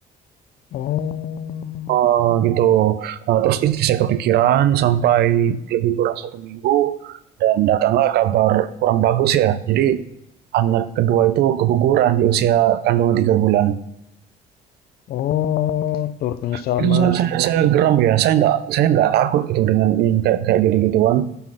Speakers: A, on the left; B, on the right.
A: Oh,
B: Eh, gitu. Eh, terus istri saya kepikiran sampai lebih kurang satu minggu dan datanglah kabar kurang bagus ya. Jadi anak kedua itu keguguran di usia kandungan tiga bulan.
A: oh, turut menyesal
B: Itu
A: Mas.
B: saya, saya, saya geram ya. Saya nggak saya nggak takut gitu dengan yang kayak kayak gitu gituan.